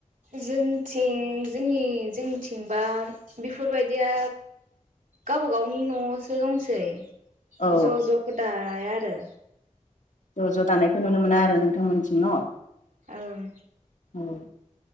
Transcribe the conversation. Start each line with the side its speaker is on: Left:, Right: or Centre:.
Right: जोंथिं जोंनि जोंनिथिंबा बेफोरबायदिया गावबा गावनि न'आवसो दंसै
Left: औ
Right: ज' ज' खौ दाया ओ
Left: ज' ज' दानायखौ नुनो मोना आरो नोंथांमोनथिं न'
Right: ओं
Left: औ